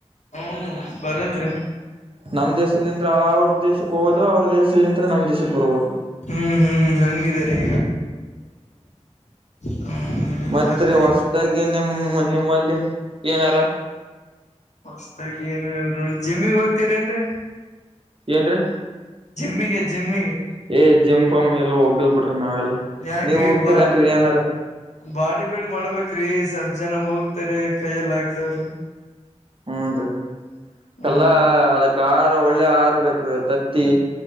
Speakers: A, on the left (about 80°); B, on the right (about 50°).
A: ಹ್ಮ ಬರುತ್ ರೀ
B: ನಮ್ ದೇಶದಿಂದ ಅವರು ದೇಶಕ್ಕೆ ಹೋಗೋದು ಅವರು ದೇಶಲಿಂದ್ರ ನಮ್ ದೇಶಕ್ಕೆ ಬರೋದು.
A: ಹ್ಮ್ ಹ್ಮ್ ಹಂಗಿದೆ ರೀ ಹ್ಮ್
B: ಮತ್
A: ಮತ್ತೆ
B: ರೀ ಹೊಸದಾಗಿ ನಿಮ್ಮ್ ನಿಮ್ಮಲ್ಲಿ ಏನಾರ.
A: ಹೊಸ್ತಾಗಿ ಏನು ಹೇಳಿ ನೋಡಿ ಜಿಮ್ಮಿಗ್ ಹೋಗ್ತೀರೇನ್ ರೀ
B: ಏನ್ರೀ
A: ಜಿಮ್ಮಿಗೆ ಜಿಮ್ಮಿಗೆ
B: ಏ ಜಿಮ್ ಪಾಮ್ ಎಲ್ಲಾ ಹೋಗಲ್ ಬಿಡ್ರಿ ನಾವೆಲ್ಲಾ
A: ಯಾಕ್ರಿ
B: ನೀವ್ ಹೋಗ್ತಿರ
A: ಬಾ
B: ಏನ್ರಿ ಏನಾರ
A: ಬಾಡಿ ಬಿಲ್ಡ್ ಮಾಡ್ಬೇಕ್ರಿ ಸ್ವಲ್ಪ ಜನ ಹೋಗ್ತಾರ ಕೈಯ್ಯಲ್ಲಿ ಹಾಗ್ತಾಇಲ್ಲಾ.
B: ಹ್ಮ್ ನರೀ
A: ಹ್ಮ್
B: ಎಲ್ಲಾ ಅದಕ್ ಆಹಾರ ಒಳ್ಳೆ ಆಹಾರ ಬೇಕ್ರೀ ತತ್ತಿ-